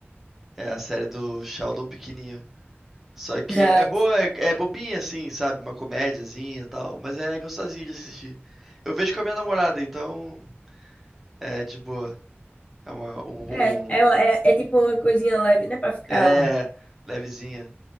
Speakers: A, in the centre; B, on the left.
A: É a série do Sheldon pequenininho. Só que
B: Ah,
A: é, é boa, é, é bobinha assim, sabe? Uma comédiazinha e tal, mas é gostosinho de assistir. Eu vejo com a minha namorada, então é de boa. É uma, um,
B: É, é,
A: um-
B: é, é tipo uma coisinha leve, né? Pra ficar.
A: é levezinha.